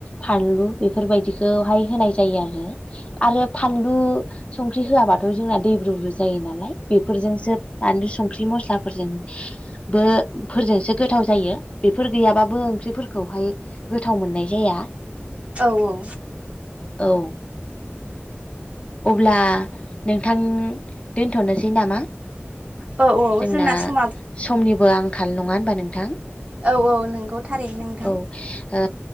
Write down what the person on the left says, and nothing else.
फानलु बेफोरबायदिखौहाय होनाय जायो आरो। आरो फानलु संख्रि होआाबाथ जोंना दै ब्रु ब्रु जायो नालाय बेफोरजोंसो बानलु संख्रि मसलाफोरजोंबो गोथाव जायो बेफोर गैयाबाबो ओंख्रि खौहाय गोथाव मोननाय जाया।
औ अब्ला नोंथां दोनथनोसै नामा?
जोंना
समनिबो आंखाल नङा होनबा नोंथां?
औ ओ